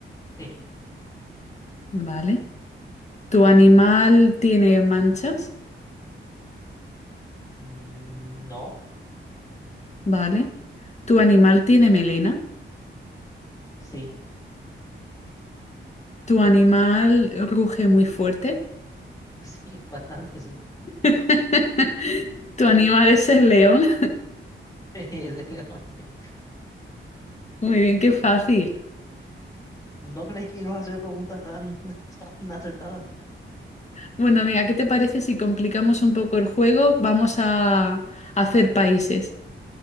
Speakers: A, on the left (about 15°); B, on the left (about 35°).
A: Sí.
B: Vale. ¿Tu animal tiene manchas?
A: Mm, no,
B: Vale. ¿Tu animal tiene melena?
A: sí,
B: ¿Tu animal ruge muy fuerte?
A: <laughs> sí, bastante, sí.
B: <laughs> ¿Tu animal es el león?
A: <laughs> Es de león, sí.
B: Muy bien, qué fácil.
A: No creí que ibas a hacer preguntas tan, <laughs> tan acertadas.
B: Bueno, amiga, ¿qué te parece si complicamos un poco el juego? Vamos a hacer países.